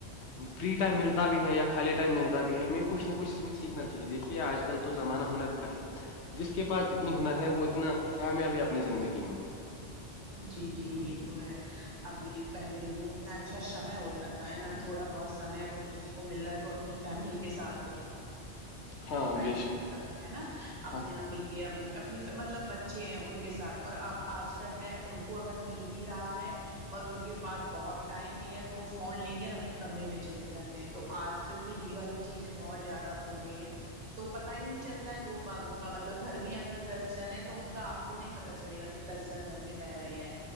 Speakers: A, on the left (about 70°); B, on the right (about 35°).
A: فری ٹائم ملتا بھی ہے یا خالی ٹائم ملتا بھی ہے ہمیں کھ نہ کچھ اس میں سیکھ نا چاہیے دیکھیے آج کل تو زمانہ ہنر کا ہے جس کے پاس جتنی ہنر ہے وہ اتنا کامیاب ہے اپنی زندگی میں
B: جی جی یہ تو ہے ابھی پہلے دیکھو کتنا اچھا سمے ہوتا تھا ہے نا تھوڑا بہت سمے اگر کسی کو مل رہا ہے تو اپنی فیملی کے ساتھ
A: ہاں
B: ٹائم
A: بے
B: دتاات
A: شک
B: تھا ہے نا اپنے
A: ہاں
B: امی کے ابو کے اپنی مطلب بچے ہیں ان کے ساتھ اور اب آج کا کیا ہے ان کو اگر مل بھی رہا ہے اور ان کے پاس بہت ٹائم بھی ہے تو وہ فون لیں گے اور اپنے کمرے میں چلے جاتے ہیں تو آج کل تو یہ والی چیزیں بہت زیادہ ہو گئی ہیں تو پتا ہی نہیں چلتا ہے لوگ باغوں کا مطلب گھر میں اگر دس جن ہے تو ان کا آپ کو نہیں پتا چلے گا کہ دس جن گھر میں رہ رہے ہیں